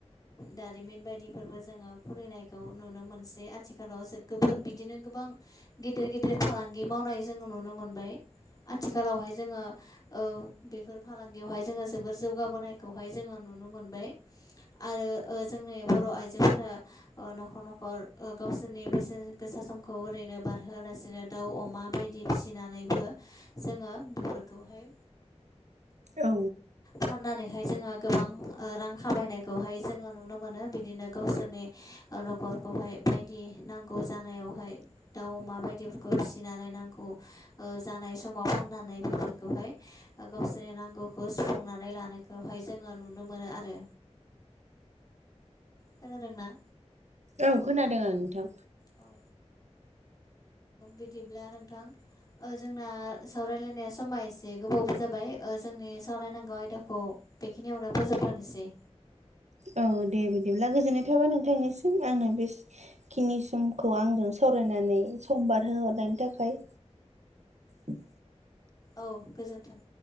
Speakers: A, on the left; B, on the right.
A: दारिमिन बायदिफोरबो जोङो खुलिनायखौ नुनो मोनसै आथिखालाव गो बिदिनो गोबां गेदेर गेदेर फालांगि मावनाय जोङो नुनो मोनबाय आथिखालावहाय जोङो बेफोर फालांगियावहाय जोङो जोबोर जौगाबोनायखौहाय जोङो नुनो मोनबाय आरो जोंनि बर' आइजोफोरा न'खर न'खर गावसोरनि बेसे गोसा समखौ ओरैनो बारहोआलासिनो दाउ अमा बायदि फिसि सिनानैबो जोङो बेफोरखौहाय
B: औ
A: फाननानैहाय जोङो गोबां रां खामायनायखौहाय जोङो नुनो मोनो बिदिनो गावसोरनि न'खरखौहाय बायदि नांगौ जानायावहाय दाउ अमा बायदिफोरखौ फिसिनानै नांगौ जानाय समाव फाननानै बेफोरखौहाय गावसोरनि नांगौखौ सुफुंनानै लानायखौहाय जोङो नुनो मोनो आरो। खोनादोंं ना?
B: औ खोनादों आं नोंथां
A: औ बिदिब्ला नोंथां जोंना सावरायलायनाया समा एसे गोबावबो जाबाय जोंनि सावरायनांगौ आयदाखौ बेखिनियावनो फोजोबथोनोसै
B: औ दे बिदिब्ला गोजोननाय थाबाय नोंथांनिसिम आंनो बे खिनि समखौ आंजों सावरायनानै सम बारहो हरनायनि थाखाय औ
A: औ गोजोन्थों